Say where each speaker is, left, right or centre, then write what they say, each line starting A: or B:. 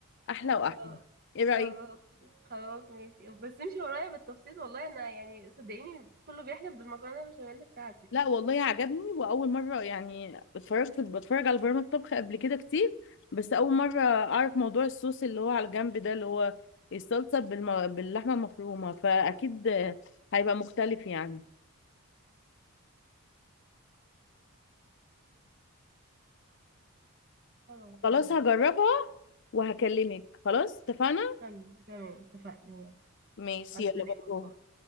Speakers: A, on the left (about 55°); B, on the right (about 40°).
A: احلى
B: خلاص
A: واحلى ايه رايك
B: خلاص خلاص ماشي بس امشي ورايا بالتفصيل والله انا يعني صدقيني كله بيحلف بالمكرونه البشاميل بتاعتي
A: لا والله عجبني واول مره يعني اتفرجت بتفرج على برامج طبخ قبل كده كتير بس اول مره اعرف موضوع الصوص اللي هو على الجنب ده اللي هو الصلصه بالم... باللحمه المفرومه فاكيد هيبقى مختلف يعني
B: خلاص
A: خلاص
B: تمام
A: هجربها وهكلمك خلاص اتفقنا
B: تمام تمام اتفقنا يلا
A: ماشي
B: مع السلامه
A: يلا باي باي
B: باي.